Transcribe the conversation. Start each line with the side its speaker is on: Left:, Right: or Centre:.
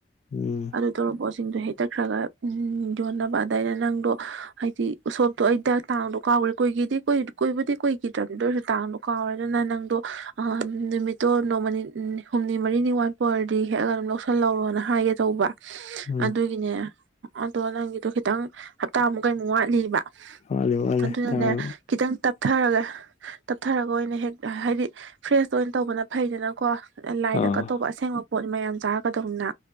Left: ꯎꯝ
Right: ꯑꯗꯨ ꯇꯧꯔ ꯄꯣꯠꯁꯤꯡꯗꯣ ꯍꯦꯛꯇꯛꯈ꯭ꯔꯒ ꯌꯣꯟꯅꯕ ꯑꯗꯩꯗꯤ ꯅꯪꯗꯣ ꯍꯥꯏꯗꯤ ꯎꯁꯣꯞ ꯗꯣ ꯑꯩꯗꯣ ꯇꯥꯡꯗꯣ ꯀꯥꯎꯈ꯭ꯔꯦ ꯀꯨꯏꯈꯤꯗꯤ ꯀꯨꯏ ꯀꯣꯏꯕꯨꯗꯤ ꯀꯨꯏꯈꯤꯗ꯭ꯔꯕ ꯗꯨꯏꯁꯨ ꯇꯥꯡꯗꯣ ꯀꯥꯎꯔꯒꯅꯥ ꯅꯪ ꯗꯣ ꯑꯝꯃꯝꯗ ꯅꯨꯃꯤꯠ ꯇꯣ ꯅꯣꯡꯃꯅꯤ ꯍꯨꯝꯅꯤ ꯃꯔꯤꯅꯤ ꯋꯥꯠꯄ ꯑꯣꯏꯔꯗꯤ ꯍꯦꯛꯑ ꯑꯗꯨꯝ ꯂꯧꯁꯤꯜꯍꯧꯔꯣꯅ ꯍꯥꯏꯒꯦ ꯇꯧꯕ
Left: ꯎꯝ
Right: ꯑꯗꯨꯒꯤꯅꯦ ꯑꯗꯣ ꯅꯪꯒꯤꯗꯣ ꯈꯤꯇꯪ ꯍꯞꯇꯥꯃꯨꯛ ꯀꯩꯃꯨꯛ ꯋꯥꯠꯂꯤꯕ ꯑꯗꯨꯅꯅꯦ
Left: ꯋꯥꯠꯂꯤ ꯋꯥꯠꯂꯤ ꯇꯥꯡ
Right: ꯈꯤꯇꯪ ꯇꯞꯊꯔꯒ ꯇꯞꯊꯔꯒ ꯑꯣꯏꯅ ꯍꯦꯛ ꯍꯥꯏꯗꯤ ꯐ꯭ꯔꯦꯁꯇ ꯑꯣꯏꯅ ꯇꯧꯕꯅ ꯐꯩꯗꯅꯀꯣ ꯂꯥꯏꯗ
Left: ꯑꯥ
Right: ꯀꯠꯇꯧꯕ ꯑꯁꯦꯡꯕ ꯄꯣꯠ ꯃꯌꯥꯝ ꯆꯥꯔꯛꯀꯗꯧꯅꯤꯅ